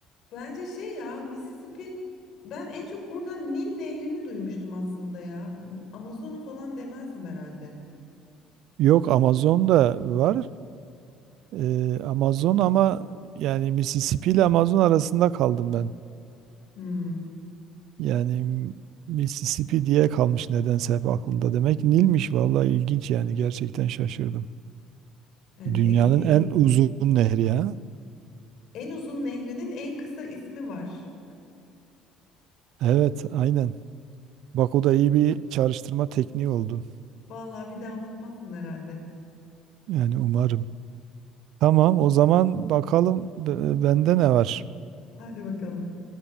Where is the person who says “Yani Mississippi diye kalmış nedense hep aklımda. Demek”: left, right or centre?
Right